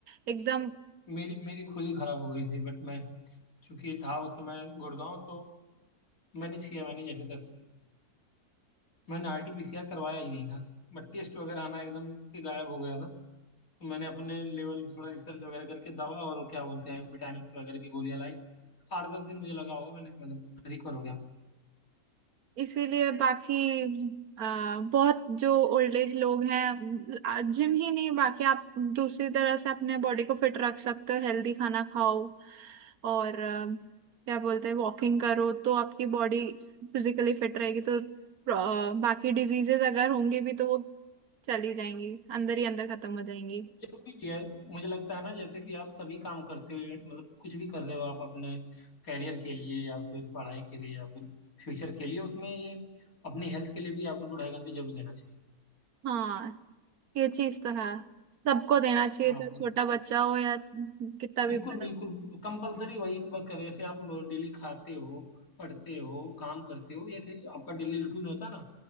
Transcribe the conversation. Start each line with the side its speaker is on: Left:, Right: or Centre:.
Right: एकदम
Left: मेरी मेरी खुद ही खराब हो गई थी बट मैं चूंकि था उस समय गुड़गांव तो मैनेज किया मैंने जैसे तैसे मैंने आरटीपीसीआर करवाया ही नहीं था बट टेस्ट वगैरह आना एकदम से गायब हो गया था तो मैंने अपने लेवल पे थोड़ा रिसर्च वगैरह करके दवा और क्या बोलते हैं विटामिन वगैरह की गोलियां लाई आठ दस दिन मुझे लगा होगा मैंने मतलब रिकवर हो गया
Right: इसीलिए बाकी आ, बहुत जो ओल्ड एज लोग हैं जिम ही नहीं बाकी आप दूसरी तरह से अपने बॉडी को फिट रख सकते हो हेल्दी खाना खाओ और आ, क्या बोलते हैं वॉकिंग करो तो आपकी बॉडी फिजिकली फिट रहेगी तो आ, बाकी डिजीजेस अगर होंगे भी तो वो चली जाएंगी अंदर ही अंदर खत्म हो जाएंगी
Left: जरूरी भी है मुझे लगता है ना जैसे कि आप सभी काम करते हो मतलब कुछ भी कर रहे हो आप अपने कैरियर के लिए या फिर पढ़ाई के लिए या फिर फ्यूचर के लिए उसमें ये अपनी हेल्थ के लिए भी आपको दो ढाई घंटे जरूर देना चाहिए
Right: हाँ ये चीज तो है सबको देना चाहिए
Left: हाँ
Right: चाहे छोटा बच्चा हो या कितना भी
Left: बिल्कुल
Right: बड़ा
Left: बिल्कुल कंपलसरी वही वर्क करो जैसे आप डेली खाते हो पढ़ते हो काम करते हो जैसे आपका डेली रूटीन होता है ना